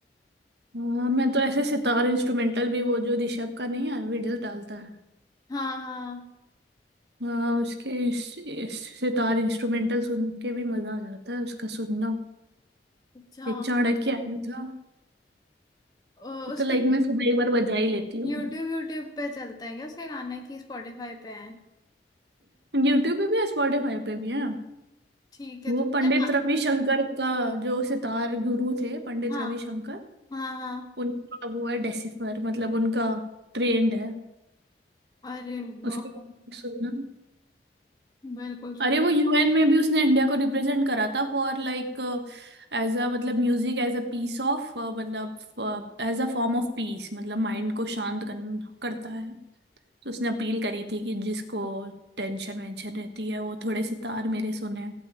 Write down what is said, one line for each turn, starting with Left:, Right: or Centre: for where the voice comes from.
Right: हाँ मैं तो ऐसे सितार इंस्ट्रूमेंटल भी वो जो ऋषभ का नहीं है वीडियो डालता है
Left: हाँ हाँ
Right: हाँ उसके इस, इस सितार इंस्ट्रूमेंटल सुन के भी मजा आ जाता है उसका सुनना
Left: अच्छा
Right: एक चाणक्य आया था
Left: ओ,
Right: वो
Left: उसके
Right: तो लाइक मैं सुबह एक बार बजा ही लेती हूँ
Left: यूट्यूब यूट्यूब पे चलते हैं क्या उसके गाने की स्पॉटिफाई पे हैं
Right: यूट्यूब पे भी है स्पॉटिफाई पे भी है
Left: ठीक है
Right: वो
Left: तो मुझे
Right: पंडित
Left: ना
Right: रविशंकर का जो सितार गुरु थे पंडित
Left: हाँ
Right: रविशंकर
Left: हाँ हाँ
Right: उनका वो है डेसिफर मतलब उनका ट्रेंड है
Left: अरे वाह
Right: उसके सुनना
Left: बिल्कुल
Right: अरे
Left: सुन
Right: वो यूएन में भी उसने इंडिया को रिप्रेजेंट करा था फॉर लाइक एज अ मतलब music as a piece of मतलब as a form of peace मतलब माइंड को शांत कर, करता है तो उसने अपील करी थी कि जिसको टेंशन वेंशन रहती है वो थोड़े सितार मेरे सुने